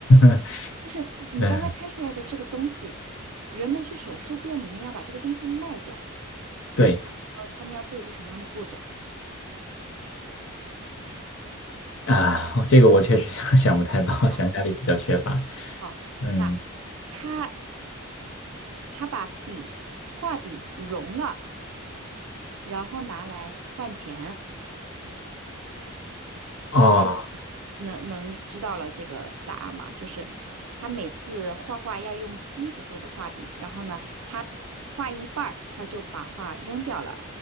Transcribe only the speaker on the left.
<laughs>
嗯，
对
啊，这个我确实想想不太到，
想象力比较缺乏，
嗯。
哦，